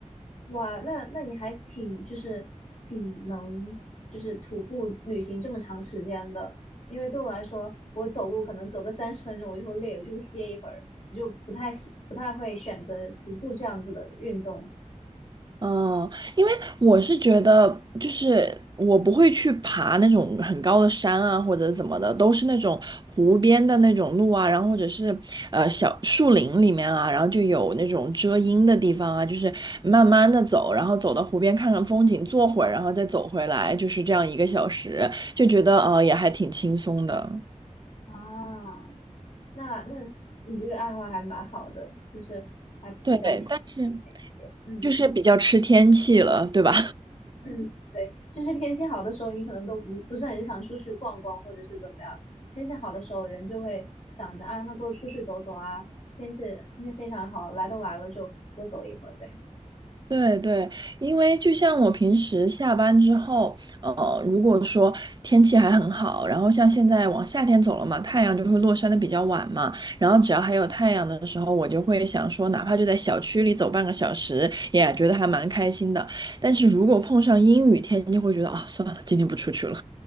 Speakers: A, on the left; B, on the right.
A: 哇，那那你还挺就是挺能就是徒步旅行这么长时间的，因为对我来说，我走路可能走个三十分钟我就会累，了，我就会歇一会儿，我就不太喜不太会选择徒步这样子的运动
B: 嗯，因为我是觉得，就是我不会去爬那种很高的山啊，或者怎么的，都是那种湖边的那种路啊，然后或者是呃小树林里面啊，然后就有那种遮阴的地方啊，就是慢慢的走，然后走到湖边看看风景，坐会儿，然后再走回来，就是这样一个小时，就觉得呃也还挺轻松的。
A: 啊。那那你这个爱好还蛮好的，就是还比较偏
B: 对，但是
A: 一些，嗯。
B: 就是比较吃天气了，对吧？
A: 嗯，对，就是天气好的时候，你可能都不不是很想出去逛逛，或者是怎么样。天气好的时候，人就会想着啊，那多出去走走啊。天气天气非常好，来都来了就多走一会儿呗。
B: 对对，因为就像我平时下班之后，呃，如果说天气还很好，然后像现在往夏天走了嘛，太阳就会落山的比较晚嘛，然后只要还有太阳的时候，我就会想说，哪怕就在小区里走半个小时，也觉得还蛮开心的。但是如果碰上阴雨天，就会觉得啊，算了，今天不出去了。